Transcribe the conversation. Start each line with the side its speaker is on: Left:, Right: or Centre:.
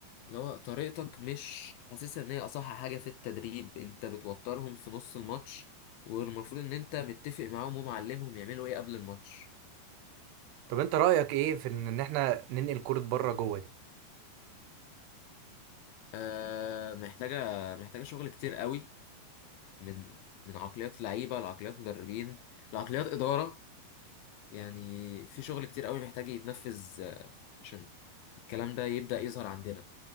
Left: اللي هو طريقتك مش حاسسها إن هي أصح حاجة في التدريب أنت بتوترهم في نص الماتش والمفروض إن أنت متفق معاهم ومعلمهم يعملوا إيه قبل الماتش
Right: طب انت رايك ايه في ان إن احنا ننقل كره بره جوه دي
Left: آه محتاجة محتاجة شغل كتير قوي من من عقليات لعيبة لعقليات مدربين لعقليات إدارة يعني في شغل كتير قوي محتاج يتنفذ آه، عشان الكلام ده يبدأ يظهر عندنا